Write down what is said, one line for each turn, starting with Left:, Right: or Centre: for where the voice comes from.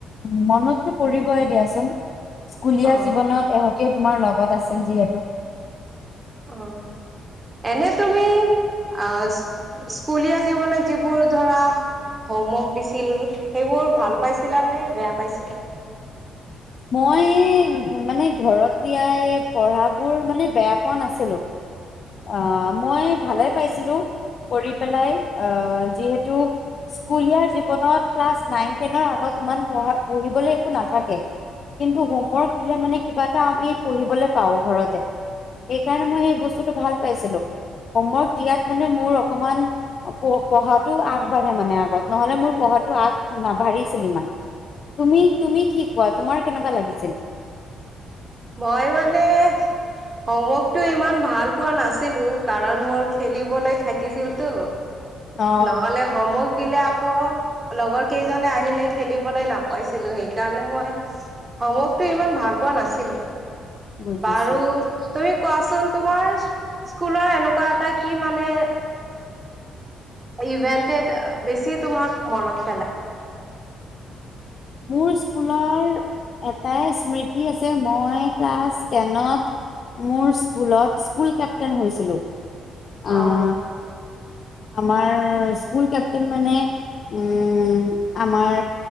Left: উ মনততো পৰিবই দিয়াচোন স্কুলীয়া
Right: অ
Left: জীৱনত এহতীয়া তোমাৰ লগত আছিল যিহেতু
Right: অ এনে তুমি আহ স্কুলীয়া জীৱনত যিবোৰ ধৰা হোমৱৰ্ক দিছিল সেইবোৰ ভাল পাইছিলা নে বেয়া পাইছিলা
Left: মই মানে ঘৰত দয়াই পঢ়াবোৰ মানে বেয়া পোৱা নাছিলো আহ মই ভালে পাইছিলো কৰি পেলাই আহ যিহেতু স্কুলীয়া জীৱনত ক্লাছ নাইন টেনৰ আগত ইমান পঢা পঢ়িবলৈ একো নাথাকে কিন্তু হোমৱৰ্ক দিলে মানে কিবা এটা আমি পঢ়িবলৈ পাওঁ ঘৰতে এইকাৰণে মই সেই বস্তুটো ভাল পাইছিলো হোমৱৰ্ক দিয়াত মানে মোৰ অকমান পঢ়াটো আগবাঢ়ে মানে আগত নহলে মোৰ পঢ়াটো আগ নাভঢ়িছিল ইমান তুমি তুমি কি কোৱা তোমাৰ কেনেকুৱা লাগিছিল
Right: মই মানে হোমৱৰ্কটো ইমান ভাল পোৱা নাছিলো কাৰণ মোৰ খেলিবলৈ থাকিছিলতো
Left: অ
Right: নহলে হোমৱৰ্ক দিলে ক লগৰ কেইজনে আহিলে খেলিবলৈ নাপাইছিলো সেইকাৰণে মই সমকটো ইমান ভাল পোৱা নাছিলো
Left: বুজিছো
Right: বাৰু তুমি কোৱাচোন তোমাৰ স্কুলৰ এনেকুৱা এটা কি মানে অ ইভেন্টে বেছি তোমাক মনত পেলাই
Left: মোৰ স্কুলৰ এটাই স্মৃতি আছে মই ক্লাছ টেনত মোৰ স্কুলত স্কুল কেপ্টেইন হৈছিলোঁ
Right: অ
Left: আহ আমাৰ স্কুল কেপটেইন মানে উ আমাৰ